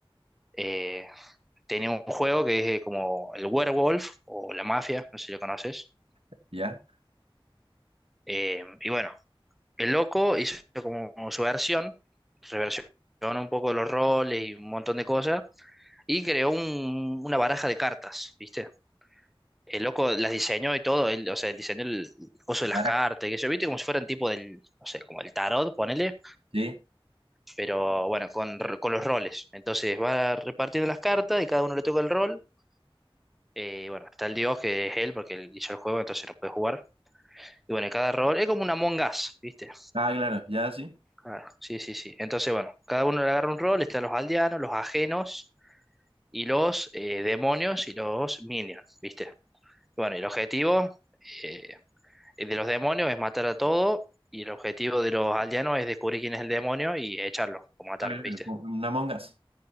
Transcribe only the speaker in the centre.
eh, tenía un juego que es eh, como el Werewolf o la Mafia, no sé si lo conoces.
Eh, y bueno, el loco hizo como su versión, reversionó un poco los roles y un montón de cosas. Y creó un- una baraja de cartas, ¿viste? El loco las diseñó y todo, él, o sea, él diseñó el coso de las
cartas, que yo viste como si fueran tipo del, no sé, como el tarot, ponele,
pero bueno, con, r- con los roles. Entonces va repartiendo las cartas y cada uno le toca el rol. eh, y bueno, está el dios que es él, porque él hizo el juego, entonces no puede jugar. Y bueno, cada rol es como una Among Us, ¿viste?
Ah, sí, sí, sí. Entonces, bueno, cada uno le agarra un rol, están los aldeanos, los ajenos y los eh, demonios y los minions, ¿viste? Bueno, y el objetivo, eh, El de los demonios es matar a todo y el objetivo de los aldeanos es descubrir quién es el demonio y echarlo o matarlo,
¿viste?